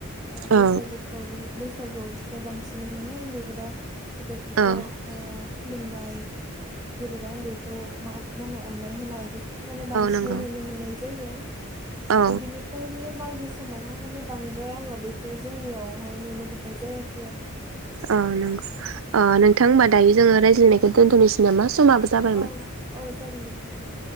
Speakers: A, on the right; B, on the right.
A: ओ बैसागु
B: औ
A: फोरावल' बैसागुआवसो बांसिनै माने उन्दैफोरा गिदेरफोरखौ
B: औ
A: ओ खुलुमनाय गेदेरा उन्दैखौ मान मा होनो अननाय होनाय। माने बांसिनै
B: नंगौ
A: नुनो मोननाय जायो। आरो
B: औ
A: बिनि फ्राय बेयो मागो समावहाय माने बांद्राय आङो बेखौ जोंनियावहाय नुनो मोननाय जायाखै आरो।
B: अ नंगौ। अ नोंथां होमबा दायो जोङो रायज्लायनायखौ दोन्थ'नोसै नामा? समाबो जाबायमोन
A: औ औ जागोन दे बिदिब्ला।